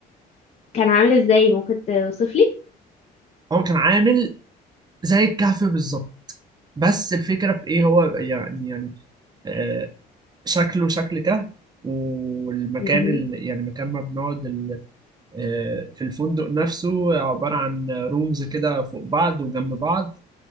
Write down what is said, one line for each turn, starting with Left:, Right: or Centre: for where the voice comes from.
Left: كان عامل ازاي ممكن توصف لي
Right: هو كان عامل زي الكهف بالظبط بس الفكرة في ايه هو يعني يعني آه، شكله شكل كهف والمكان
Left: مهم.
Right: ال... يعني مكان ما بنقعد ال... آه، في الفندق نفسه عبارة عن رومز كده فوق بعض وجنب بعض